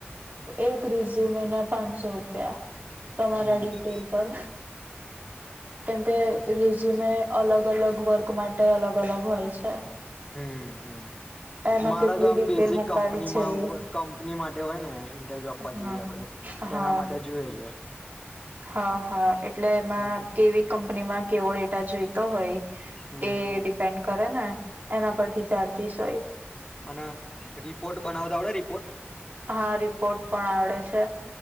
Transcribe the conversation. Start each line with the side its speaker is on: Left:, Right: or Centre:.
Right: એક રિઝ્યુમ ના પાંચસો રૂપિયા તમારા
Left: હમ
Right: ડિટેલ પર કેમકે રિઝ્યુમે અલગ અલગ વર્ક માટે અલગ અલગ હોય છે
Left: હમ
Right: એમાં
Left: મારા
Right: કેટલી
Left: તો આમ
Right: ડિટેલ
Left: બેઝિક
Right: મુકાવી
Left: કંપનીમાં
Right: છે એ
Left: કંપની માટે હોય ને ઇન્ટરવ્યુ આપવા
Right: હમ
Left: જઈએ આપડે તેના
Right: હા
Left: માટે જોઈએ છે
Right: હા હા એટલે એમાં
Left: હમ
Right: કેવી કંપનીમાં કેવો ડેટા જોઈતો હોય
Left: હમ
Right: એ ડિપેન્ડ કરે ને એના પરથી ચાર્જીસ હોય,
Left: અને રિપોર્ટ બનાવતા વડે રિપોર્ટ
Right: હા રિપોર્ટ પણ આવડે અચ્છા